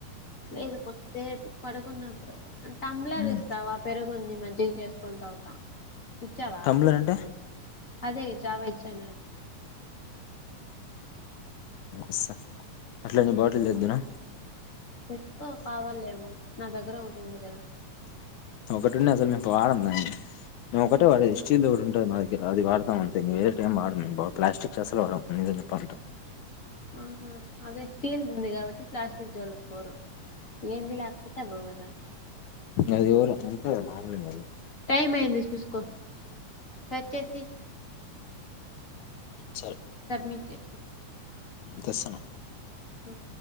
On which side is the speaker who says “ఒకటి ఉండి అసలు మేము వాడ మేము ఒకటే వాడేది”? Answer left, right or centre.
Left